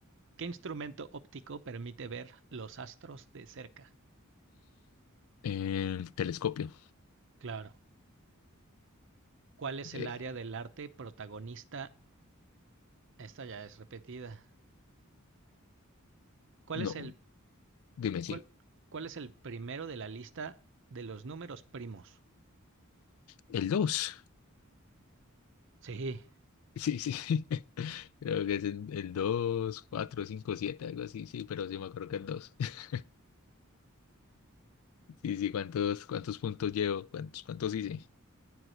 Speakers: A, on the right; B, on the left.
A: ¿Qué instrumento óptico permite ver los astros de cerca?
B: El telescopio.
A: Claro. ¿Cuál es
B: Eh,
A: el área del arte protagonista? Esta ya es repetida. ¿Cuál
B: no,
A: es el,
B: dime sí.
A: cuál, cuál es el primero de la lista de los números primos?
B: El dos.
A: Sí,
B: Sí, sí. <laughs> Creo que es el, el 2, 4, 5, 7, algo así, sí, pero sí me acuerdo que el 2. <laughs> Sí, sí, ¿cuántos, cuántos puntos llevo? ¿Cuántos, cuántos hice?